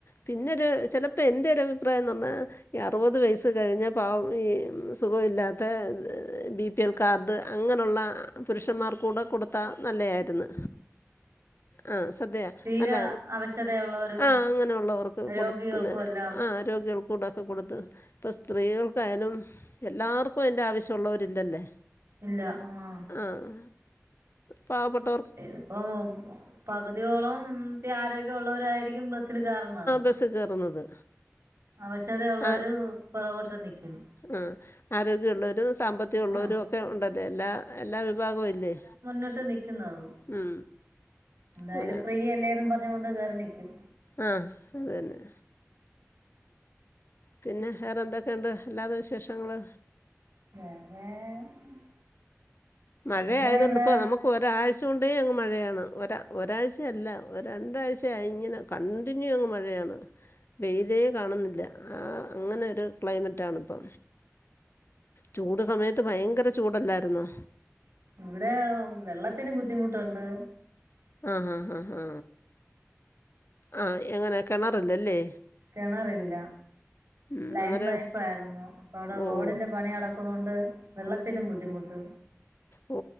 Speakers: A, on the left; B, on the right.
A: പിന്നൊരു ചിലപ്പോ എൻ്റെ ഒരു അഭിപ്രായം എന്ന് പറഞ്ഞാ. ഈ അറുപത് വയസ്സ് കഴിഞ്ഞ പാവം ഈ സുഖമില്ലാത്ത ബി. പി എൽ കാർഡ് അങ്ങനെള്ള പുരുഷന്മാർ കൂടെ കൊടുത്താൽ നല്ലതായിരുന്നു. ആഹ് സദ്യ
B: തീരെ
A: അല്ല.
B: അവശതയുള്ളവരും
A: ആഹ് അങ്ങനെള്ളവർക്ക്
B: രോഗികൾക്കും
A: കൊടുക്കുന്ന
B: എല്ലാം
A: ആ. രോഗികൾക്കൂടെക്കെ കൊടുത്ത് ഇപ്പോ സ്ത്രീകൾക്കായാലും. എല്ലാർക്കും അതിന്റെ ആവശ്യമുള്ളവരില്ലല്ലേ.
B: ഇല്ല ആഹ്
A: ആഹ് പാവപ്പെട്ട.
B: ഇപ്പ പകുതിയോളം ആരോഗ്യമുഉള്ളവരായിരിക്കും ബസ്സില് കയറണത്.
A: ബസ് കേറുന്നത്.
B: അവശത ഉള്ളോര്
A: ആഹ്
B: പുറകോട്ട് നിക്കും.
A: ആ ആരോഗ്യള്ളൊരു സാമ്പത്തി. ത്യ ഉള്ളവരും
B: ആഹ്
A: ഒക്കെ ഉണ്ടല്ലേ എല്ലാ എല്ലാ വിഭാഗവും ഇല്ലേ.
B: ട്ട് നിക്കുന്നത്.
A: ഉം
B: എന്തായാലും
A: അങ്ങനെ
B: ഫ്രീയല്ലേനും പറഞ്ഞുകൊണ്ട് കേറി നിക്കും.
A: ആഹ് അതന്നെ. പിന്നെ വേറെ എന്തൊക്കെയുണ്ട് അല്ലാത വിശേഷങ്ങള്.
B: വേറെ
A: മഴ
B: നിങ്ങളെ
A: ആയതുകൊണ്ട്
B: ഇവിടെ
A: ഇപ്പോ നമുക്ക്. ഒരാഴ്ച കൊണ്ടേ അങ്ങ് മഴയാണ് ഒ ഒരാഴ്ചയല്ല ഒ രണ്ടാഴ്ചയായിങ്ങനെ. കണ്ടിന്യൂ അങ്ങ് മഴയാണ് വെയിലേ കാണുന്നില്ല ആ അങ്ങനെ ഒരു. ക്ലൈമറ്റാണ് ഇപ്പൊ ചൂട് സമയത്ത് ഭയങ്കര ചൂടല്ലായിരുന്നോ.
B: ഇവിടെ വെള്ളത്തിന് ബുദ്ധിമുട്ടുണ്ട്.
A: ആഹാ ഹാ ഹാ ആ എങ്ങനെ കിണറില്ലല്ലേ.
B: കിണറില്ല
A: ഉം
B: ലൈൻ
A: അന്നേരം
B: പൈപ്പ് ആയിരുന്നു ഇപ്പ അവിടെ
A: ഓ
B: റോഡിന്റെ പണി നടക്ക. അതികൊണ്ട് വെള്ളത്തിനും ബുദ്ധിമുട്ട്.
A: ഓ